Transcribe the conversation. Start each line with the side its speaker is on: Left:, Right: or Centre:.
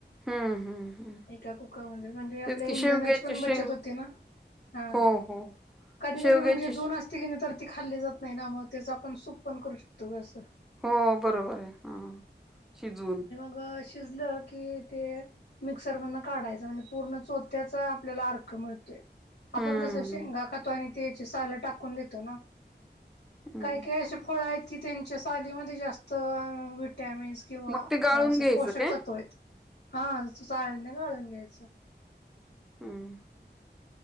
Centre: हं हं हं
Left: एका कुकरमध्ये म्हणजे आपल्या
Centre: तेच की
Left: इंधनाची
Centre: शेवग्याचे
Left: पण
Centre: शेंग
Left: बचत होती. होते ना
Centre: हो हो
Left: कधी
Centre: शेवग्याचे
Left: कधी म्हणजे
Centre: श
Left: जुन तर ती खाल्ली जात नाही ना मग त्याच आपण सूप पण करू शकतो ग असं.
Centre: हो बरोबर आहे हा शिजवून.
Left: अ शिजलं की ते मिक्सर मधून काढायचं म्हणजे पूर्ण चोत्याचा आपल्याला अर्क मिळतं. आपण
Centre: हं
Left: कसं शेंगा खातो आणि त्या याची साल टाकून देतो ना.
Centre: हं
Left: काही काही अशी फळ आहेत की त्यांच्या सालीमध्ये जास्त विटॅमिन्स किंवा
Centre: मग ते गाळून
Left: असं
Centre: घ्यायचं
Left: पोषक
Centre: काय
Left: तत्व आहेत हा तू चाळणीनी गाळून घ्यायचं.
Centre: हम्म